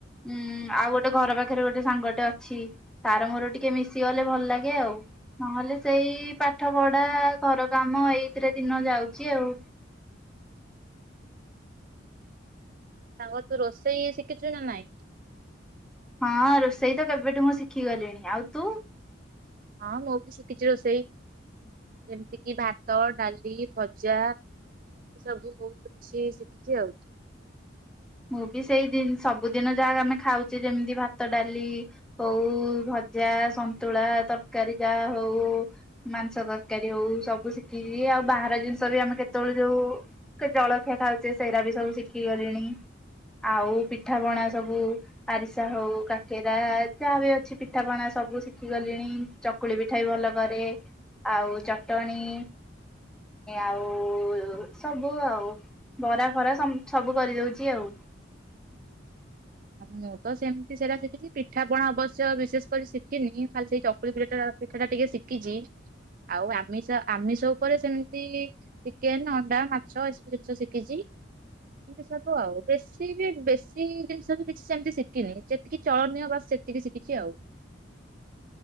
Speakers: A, in the centre; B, on the right (about 45°).
A: ଉଁ ଆଉ ଗୋଟେ ଘର ପାଖେରେ ଗୋଟେ ସାଙ୍ଗଟେ ଅଛି। ତାର ମୋର ଟିକେ ମିଶିଗଲେ ଭଲ ଲାଗେ ଆଉ। ନହେଲେ ସେଇ ପାଠ ପଢା ଘର କାମ ଏଇଥିରେ ଦିନ ଯାଉଛି ଆଉ।
B: ସାଙ୍ଗ ତୁ ରୋଷେଇ ଶିଖିଛୁ ନା ନାଇଁ?
A: ହଁ ରୋଷେଇ ତ କେବେଠୁ ମୁଁ ଶିଖି ଗଲିଣି। ଆଉ ତୁ?
B: ହଁ ମୁଁ ବି ଶିଖିଛି ରୋଷେଇ। ଯେମିତି କିି ଭାତ ଡାଲି ଭଜା ଏମିତି ସବୁ ବହୁତ କିଛି ଶିଖିଛି ଆଉ।
A: ମୁଁ ବି ସେଇ ଜି ସବୁଦିନ ଯାହା ଆମେ ଖାଉଛେ ଯେମିତି ଭାତ ଡାଲି ହଉ ଭଜା ସନ୍ତୁଳା ତରକାରୀ ଯାହା ହଉ ମାଂସ ତରକାରୀ ହଉ ସବୁ ଶିଖିଛି। ଆଉ ବାହାର ଜିନିଷ ବି ଆମେ କେତେବେଳେ ଯୋଉ ଜଳଖିଆ ଖାଉଛେ ସେରା ବି ସବୁ ଶିଖିଗଲିଣି। ଆଉ ପିଠାପଣା ସବୁ ଆରିସା ହଉ କାକେରା ଯାହା ବି ଅଛି ପିଠା ପଣା ସବୁ ଶିଖିଗଲିଣି। ଚକୁଳି ପିଠା ବି ଭଲ କରେ। ଆଉ ଚଟଣି ଆଉ ସବୁ ଆଉ ବରା ଫରା ସବୁ କରିଦଉଛି ଆଉ।
B: ମୁଁ ତ ସେମିତି ସେରା ଶିଖିଛି ପିଠାପଣା ଅବଶ୍ୟ ବିଶେଷ କରି ଶିଖିନି। ମୁଁ ଖାଲି ସେଇ ଚକୁଳି ପିଠା ପିଠାଟା ଟିକେ ଶିଖିଛି। ଆଉ ଆମିଷ ଆମିଷ ଉପରେ ସେମିତି ଚିକେନ୍ ଅଣ୍ଡା ମାଛ ଏସବୁ ଜିନିଷ ଶିଖିଛି। ଏମତି ସବୁ ଆଉ। ବେଶି ବି ବେଶି ଜିନିଷ ବି କିଛି ସେମିତି ଶିଖିନି। ଯେତିକି ଚଳନୀୟ ବାସ୍ ସେତିକି ଶିଖିଛି ଆଉ।